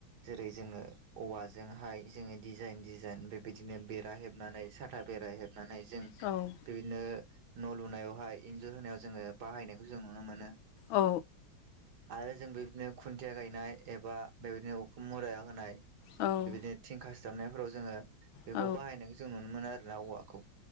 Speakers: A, on the right (about 60°); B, on the left (about 85°).
A: जेरै जोङो औवाजोंहाय जोङो दिडिजाइन डिजाइन बे दिनो बेरा हेबनानै साथा बेरा हेबनानै जों
B: औ
A: बिदिनो न' लुनायावहाय इन्जुर होनायाव जोङो बाहायनायखौ जों नुनो मोनो।
B: औ
A: आरो जों बेबायदिनो खुन्थिया गायनाय एबा बेबायदिनो उखुम मुरा होनाय
B: औ
A: बेबायदिनो थिंखा सिथाबनायफोराव जोङो बेखौ
B: औ
A: बाहायनायखौ जों नुनो मोनो आरो ना औवाखौ